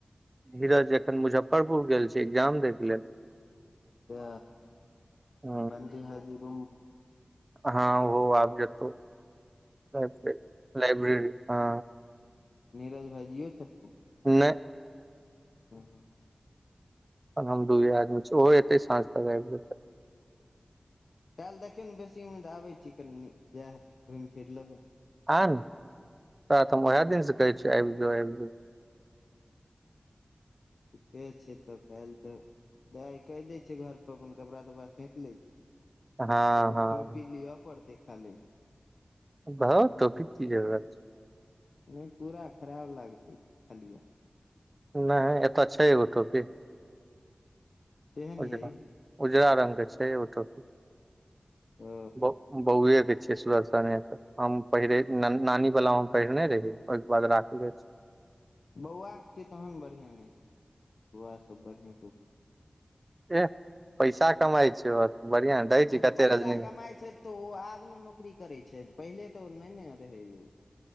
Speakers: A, on the right; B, on the left.
A: धीरज एखन मुजफ्फरपुर गेल छै। एग्जाम दै के लेल
B: से
A: ह
B: बनटी ह जीम
A: हँ ओ आ जेतौ लाइब्रेरी हँ
B: नीरज भाई जी छथिन।
A: नहि
B: हँ
A: हम दूए आदमी छी ओहो एतै साँझ तक आबि जेतै
B: काल्हि देखियौ ने बेसी उममे तऽ आबै छी कनि जैह घुमि फिर लेबै
A: आने तोरातऽ हम वएह दिन से कहै छियौ आबि जो आबि जो
B: ठीके छै तऽ काल्हि तऽ दे कहि दै छियै घर पर अपन कपड़ा तपड़ा सैंत लै छै
A: हँ
B: एगो
A: हँ
B: टोपी लिअ पड़तै खाली
A: धौ टोपि क की जरूरत छै।
B: नय पूरा खराब लागतै खलिया
A: नय एतऽ छै एगो टोपी
B: केहन
A: उजरा
B: यै
A: उजरा रंग के छै एगो टोपी
B: ओ
A: ब बौए के छियै सने के हम पहिरे नानी वाला हम पहिरने रहि ओहिके बाद राखले छै
B: बौआके छै तहन बढ़ियाँ नय हेतै बौआ सभ बढ़ियाँ <inaudible>
A: एह पैसा कमाइ छियै बढ़ियाँ नय दै छी
B: हँ तऽ
A: कते
B: पैसा
A: रजनी
B: कमाइ छै तऽ ओ आब ने नौकरी करै छै पहिले तऽ नय ने रहै यौ